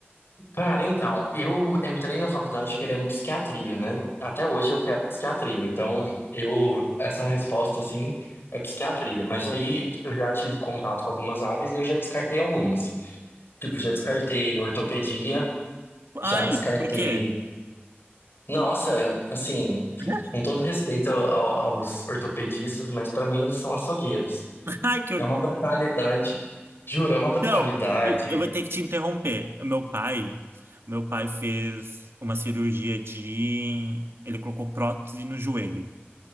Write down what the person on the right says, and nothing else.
Ai,
por quê?
<laughs>
Ai, que eu...
Então, eu vou ter que te interromper. Meu pai, meu pai fez uma cirurgia de... Ele colocou prótese no joelho.